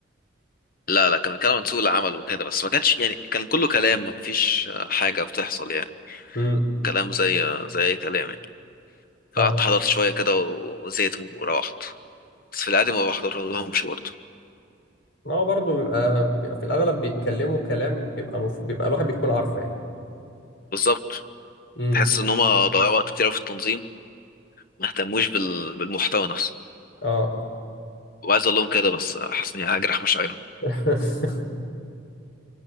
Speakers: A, on the left; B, on the left.
A: لا لا كان بيتكلم عن سوق العمل وكده بس ما كانش يعني كان كله كلام ما فيش حاجة بتحصل يعني
B: امم
A: كلام زي زي اي كلام يعني فقعدت
B: اه
A: حضرت شوية كده و- وزهقت وروحت بس في العادي ما بحضر لهمش برضه
B: هو برضه بيبقى بيبقى في الاغلب بيتكلموا كلام بيبقى مف... بيبقى الواحد بيكون عارفه يعني
A: بالظبط
B: امم
A: تحس ان هما ضيعوا وقت كتير أوي في التنظيم ما اهتموش بال... بالمحتوى نفسه
B: اه
A: وعايز اقول لهم كده بس حاسس اني هجرح مشاعرهم
B: <laughs>